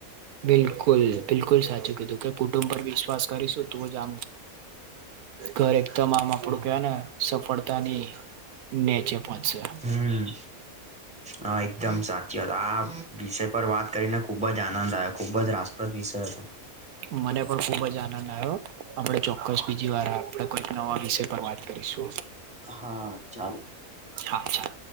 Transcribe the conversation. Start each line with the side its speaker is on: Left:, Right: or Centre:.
Right: બિલકુલ બિલકુલ સાચું કીધું ક કુટુંબ પર વિશ્વાસ કરીશું તો જ આમ ઘરે એકદમ આમ આપડું કેવ ને સફળતાની નેચે પાંચસ <unintelligible>
Centre: હમ. હા એકદમ સાચી વાત આ વિષય પર વાત કરીને ખુબ જ આનંદ આવ્યો. ખુબ જ રાસપ્રદ વિષય હતો.
Right: મને પણ ખુબ જ આનંદ આવ્યો આપડે ચોક્કસ બીજી વાર આપડે કોઈક નવા વિષય પર વાત કરીશુ.
Centre: હા ચાલો.
Right: હા ચાલ